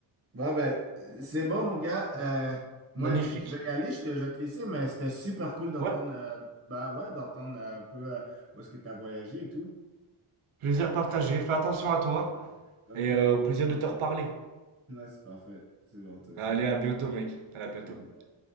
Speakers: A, on the right (about 25°); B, on the right (about 75°).
A: Bon, ben, c'est bon, mon gars. Euh, moi,
B: Magnifique.
A: je, je vais y aller. Je te, je vais te laisser, mais c'était super cool d'entendre
B: Ouais,
A: euh, bah ouais, d'entendre euh, un peu euh, où est-ce que tu as voyagé et tout.
B: plaisir partagé, fais attention à toi,
A: OK.
B: et euh, au plaisir de te reparler.
A: Ouais, c'est parfait. C'est bon, toi
B: Allez,
A: aussi.
B: à bientôt, mec. Allez, à bientôt.
A: OK, bye